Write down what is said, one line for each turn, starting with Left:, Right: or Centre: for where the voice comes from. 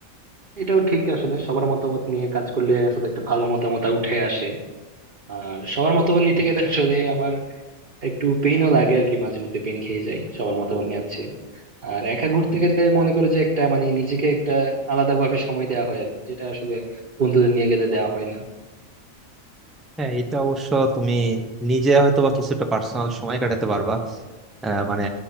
Right: এটাও ঠিক আসলে সবার মতামত নিয়ে কাজ করলে আসলে একটা ভালো মতামত উঠে আসে আর সবার মতামত নিতে গেলে আসলে আমার একটু পেইনও লাগে আর কি মাঝে মধ্যে পেন খেয়ে যাই সবার মতামত নিয়ে আছে। আর একা ঘুরতে গেলে মনে করে যে একটা মানে নিজেকে একটা আলাদা ভাবে সময় দেওয়া হয় আর কি যেটা আসলে বন্ধুদের নিয়ে গেলে দেওয়া হয় না
Centre: হ্যাঁ এটা অবশ্য তুমি নিজে হয়তো বা কিছুটা পার্সোনাল সময় কাটাতে পারবা আহ, মানে